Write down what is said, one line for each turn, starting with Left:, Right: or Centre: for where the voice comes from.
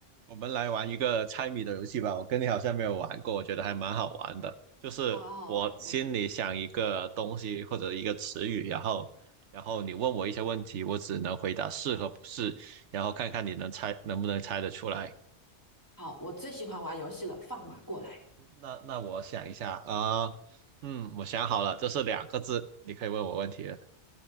Right: 我们来玩一个猜谜的游戏吧，我跟你好像没有玩过，我觉得还蛮好玩的。就是我心里想一个东西或者一个词语，
Left: 好啊，好啊，我
Right: 然后然后你问我一些问题，我只能回答是和不是，然后看看你能猜能不能猜得出来。
Left: 好，我最喜欢玩游戏了，放马过来，
Right: 那那我想一下啊，嗯，我想好了，这是两个字，你可以问我问题了。